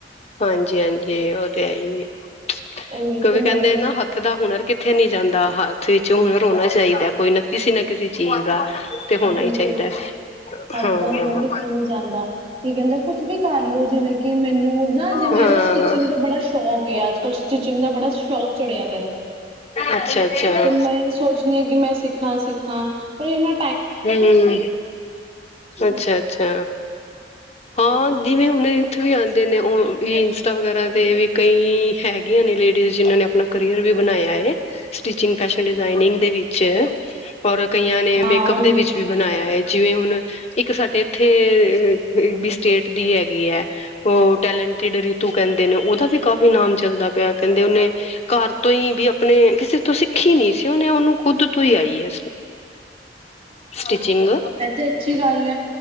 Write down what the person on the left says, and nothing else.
ਹਾਂਜੀ ਹਾਂਜੀ ਉਹ ਤੇ ਹੈ ਹੀ ਵੀ ਕਿਕਿ
ਕਹਿੰਦੇ
ਨਾ ਹੱਥ ਦਾ ਹੁਨਰ ਕਿੱਥੇ ਨੀ ਜਾਂਦਾ ਹੱਥ ਵਿੱਚ ਹੁਨਰ
ਹੋਣਾ ਚਾਹੀਦਾ ਕੋਈ ਨਾ ਕਿਸੇ ਨਾ ਕਿਸੇ ਚੀਜ਼ ਦਾ ਤੇ ਹੋਣਾ
ਚਾਹੀਦਾ
ਹਾਂ
ਹਾਂ
ਅੱਛਾ-ਅੱਛਾ
ਹਮ ਅੱਛਾ ਅੱਛਾ ਹਾਂ ਜਿਵੇਂ ਹੁਣ ਉੱਥੇ ਵੀ ਆਉਂਦੇ ਨੇ ਉਹ ਵੀ ਇੰਸਟਾ ਵਗੈਰਾ 'ਤੇ ਵੀ ਕਈ ਹੈਗੀਆਂ ਨੇ ਲੇਡੀਜ਼ ਜਿਨ੍ਹਾਂ ਨੇ ਆਪ ਆਪਣਾ ਕਰੀਅਰ ਵੀ ਬਣਾਇਆ ਹੈ ਸਟਿਚਿੰਗ ਫੈਸ਼ਨ ਡਿਜ਼ਾਇਨਿੰਗ ਦੇ ਵਿੱਚ ਔਰ ਕਈਆਂ ਨੇ ਮੇਕਅਪ
ਦੇ ਵਿੱਚ ਵੀ ਬਣਾਇਆ ਹੈ ਜਿਵੇਂ ਹੁਣ ਇੱਕ ਸਾਡੇ ਇੱਥੇ ਵੀ ਸਟੇਟ ਦੀ ਹੈਗੀ ਹੈ ਉਹ ਟੈਲੈਂਟਿਡ ਰੀਤੂ ਕਹਿੰਦੇ ਨੇ ਉਹਦਾ ਵੀ ਕਾਫੀ ਇਾਮ ਚੱਲਦਾ ਪਿਆ ਕਹਿੰਦੇ ਉਹਨੇ ਘਰ ਤੋਂ ਹੀ ਵੀ ਆਪਣੇ ਕਿਸੇ ਤੋਂ ਸਿੱਖੀ ਨੀ ਸੀ ਉਹਹਨੇ ਉਹਨੂੰ ਖੁਦ ਤੋਂ ਹੀ ਆਈ ਹੈ ਸਟੀਿਚਿੰਗ